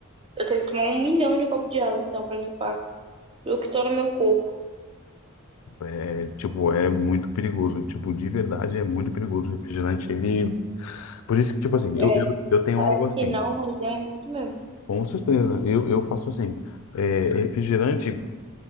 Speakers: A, on the right (about 25°); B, on the left (about 75°).
A: eu tenho que tomar um milhão de copos de água, então, pra limpar o que tá no meu corpo.
B: É, tipo, é muito perigoso. Tipo, de verdade é muito perigoso. O refrigerante, ele. Por isso que, tipo assim, eu,
A: É,
B: eu, eu tenho
A: parece
B: algo assim.
A: que não, mas é muito mesmo.
B: Com certeza. Eu, eu faço assim. É, refrigerante,